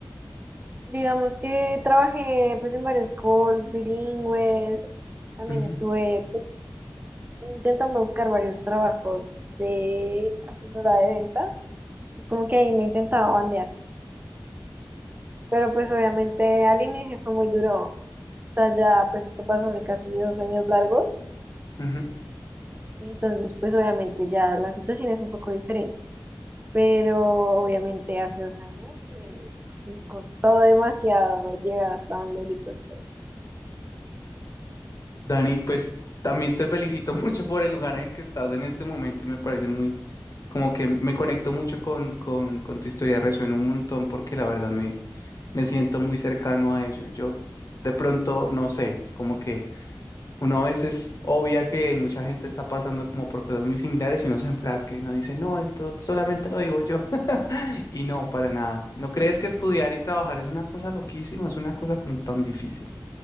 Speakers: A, on the right; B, on the left.
A: digamos que trabajé pues en varios calls bilingües. También
B: Ujú,
A: estuve pues, intentando buscar varios trabajos de asesora de ventas. Es como que ahí me intentaba bandear. Pero pues obviamente al inicio fue muy duro. O sea, ya pues esto pasó hace casi dos años largos.
B: ujú.
A: Entonces pues obviamente ya la situación es un poco diferente. pero obviamente hace dos años eh, sí costó demasiado llegar hasta donde ahorita estoy.
B: Dani, pues también te felicito <laughs> mucho por el lugar en el que estás en este momento y me parece muy, como que me conecto mucho con, con, con tu historia, resuena un montón porque la verdad me, me siento muy cercano a ello. Yo de pronto, no sé, como que... Uno a veces obvia que mucha gente está pasando como por cosas muy similares y uno se enfrasca y uno dice, no, esto solamente lo vivo yo. <laughs> Y no, para nada. ¿No crees que estudiar y trabajar es una cosa loquísima? Es una cosa como tan difícil.